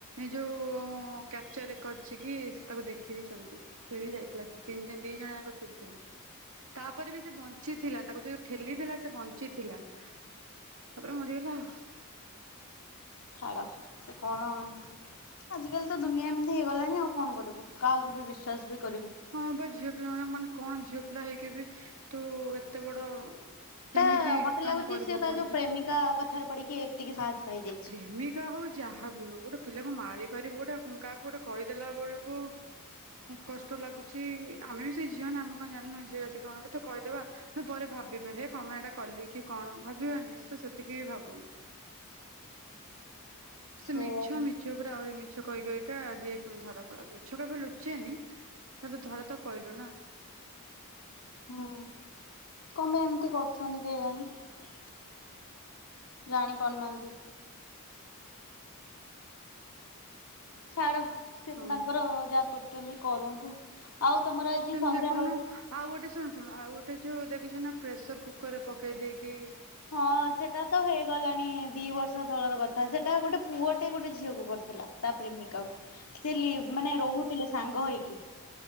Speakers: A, on the right; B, on the left.
A: ଯୋଉ କ୍ୟାପଚର କରିଛି କି ତାକୁ ଦେଖିକ ସେ ବି ଯାଇଥିଲା ତିନି ଦି ଜଣ ଯାକ ସେଠିଥିଲେ। ତାପରେ ବି ସେ ବଞ୍ଚିଥିଲା ତାକୁ ଯୋଉ ଠେଲିଥିଲା ସେ ବଞ୍ଚିଥିଲା। ତା ପରେ ମରିଗଲା ଆଉ।
B: ଛାଡ ସେ କଣ ଆଜିକାଲି ତ ଦୁନିଆ ଏମିତି ହେଇଗଲାଣି ଆଉ କଣ କରିବ କାହାକୁ ବିଶ୍ୱାସ ବି କରିବୁ।
A: ହଁ ବା ଝିଅ ପିଲା ମାନ ମାନେ କଣ ଝିଅ ପିଲା ହେଇକି ବି ତୁ ଏତେ ବଡ କେମିତି
B: ତା ମତେ
A: କାମ
B: ଲାଗୁଛି
A: କରି
B: ସେ
A: ପକଉଚୁ।
B: ତା ଯୋଉ ପ୍ରେମିକା କଥାରେ ପଡିକି ଏତିକି ସାହସ ପାଇଯାଇଛି।
A: ପ୍ରେମିକା ହଉ ଯାହାବ ହଉ ଗୋଟେ ପିଲା। ହଁ ମାରିପାରିବୁ ଗୋଟେ କାହାକୁ ଗୋଟେ କହିଦେଲା ବେଳକୁଁ କଷ୍ଟ ଲାଗୁଛି ଆମେ ସେ ଝିଅ ନା ଆମେ କଣ ଜାଣିନୁ ଝିଅ ଯଦି କଣ ତେ କହିଦେବା ତୁ ପରେ ଭାବିବ ହେ କଣ ପାଇଁ ଏଟା କଲି କି କଣ। ଭାବିବାନି ସେ ତ ସେତିକି ବି ଭାବୁନି। ସେ
B: ସେଇଆ।
A: ମିଛ ମିଛ ଉପରେ ଆହୁରି ମିଛ କହିକହିକା ଯିଏ ଧରା ପଡା ମିଛ କେବେ ଲୁଚେନି। ହେଲେ ଧରା ତ ପାଇଲୁ ନା।
B: ହୁଁ କଣ ଏମିତି କରୁଛନ୍ତି କେଜାଣି ଜାଣି ଜାଣି ପାରୁନାହାନ୍ତି। ଛାଡ ସେ
A: ହଁ।
B: ତାଙ୍କର ଯାହା କରୁଛନ୍ତି କରନ୍ତୁ। ଆଉ ତମର ଆଜି
A: ସେମିତି
B: ସନ୍ଧ୍ୟାବେଳେ
A: ଦେଖୁନୁ ଆଉ ଗୋଟେ ଶୁଣୁ ଶୁଣୁ ଆଉ ଗୋଟେ ଯୋଉ ଦେଖ ଛୁ ନା ପ୍ରେସର କୁକର ରେ ପକେଇ ଦେଇେଇକି
B: ହଁ ସେଟା ତ ହେଇଗଲାଣି ଦି ବର୍ଷ ତଳର କଥା ସେଟା ଗୋଟେ ପୁଅଟେ ଗୋଟେ ଝିଅକୁ ପଡିଥିଲା ତା ପ୍ରେମିକା କ ସେ ମାନେ ରହୁଥିଲେ ସାଙ୍ଗ ହେଇକି